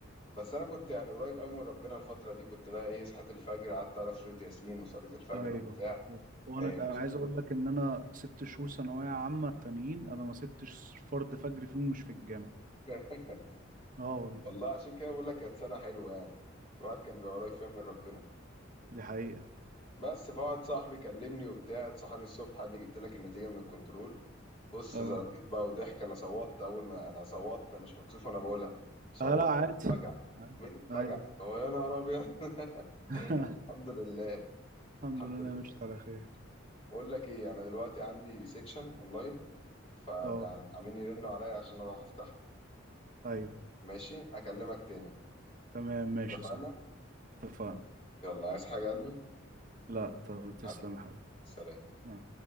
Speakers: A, on the left; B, on the right.
A: بس انا كنت يعني قريب قوي من ربنا الفتره دي كنت بقى ايه صحيت الفجر قعدت اعرف سوره ياسين وصليت الفجر
B: ايوه
A: وبتاع
B: وانا
A: فاهمني
B: ك- عايز اقول لك ان انا ست شهور ثانويه عامه تانيين انا ما سبتش فرد فجر فيهم مش في الجامعه
A: <laughs>
B: اه والله
A: والله عشان كده بقول لك كانت سنه حلوه يعني الواحد كان بيبقى قريب فيها من ربنا
B: دي حقيقه
A: بس فواحد صاحبي كلمني وبتاع صحاني الصبح قال لي جبت لك النتيجه من الكنترول بص
B: اه
A: زرغيت بقى وضحك انا صوتت اول ما انا صوتت مش مكسوف انا بقولها صوتت
B: اه لا عادي
A: من الفجع
B: آه،
A: من الفجع
B: ايوه
A: هو يا نهار ابيض <laughs>
B: <laughs>
A: الحمد لله
B: الحمد
A: الحمد
B: لله انا
A: لله
B: مشيت على خير
A: بقول لك ايه انا دلوقتي عندي سيكشن اونلاين فعاملين
B: اه
A: يرنوا عليا عشان اروح افتحه
B: ايوه
A: ماشي اكلمك تاني
B: تمام ماشي
A: اتفقنا
B: صح اتفقنا
A: يلا عايز حاجة يا قلبي
B: لا طب تسلم
A: حبيبي
B: يا حبيبي
A: سلام
B: مع